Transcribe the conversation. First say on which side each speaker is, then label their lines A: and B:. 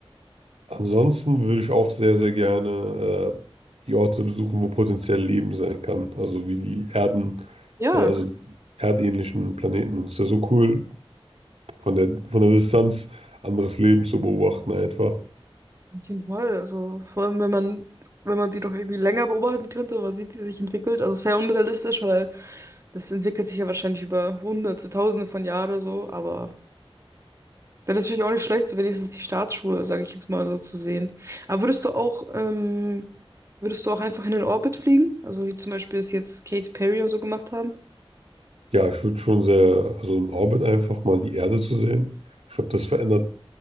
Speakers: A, on the right; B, on the right.
A: Ansonsten würde ich auch sehr, sehr gerne äh, die Orte besuchen, wo potenziell Leben sein kann. Also wie die Erden,
B: Ja,
A: äh, also die erdähnlichen Planeten. Und es ist ja so cool, von der, von der Distanz anderes Leben zu beobachten einfach.
B: Auf jeden Fall. Also vor allem, wenn man, wenn man die doch irgendwie länger beobachten könnte, man sieht, wie sie sich entwickelt. Also es wäre unrealistisch, weil Das entwickelt sich ja wahrscheinlich über Hunderte, Tausende von Jahren so, aber wäre natürlich auch nicht schlecht, so wenigstens die Startschuhe, sage ich jetzt mal so zu sehen. Aber würdest du auch, ähm, würdest du auch einfach in den Orbit fliegen? Also wie zum Beispiel es jetzt Katy Perry und so gemacht haben?
A: Ja, ich würde schon sehr, also in Orbit einfach mal die Erde zu sehen. Ich glaube, das verändert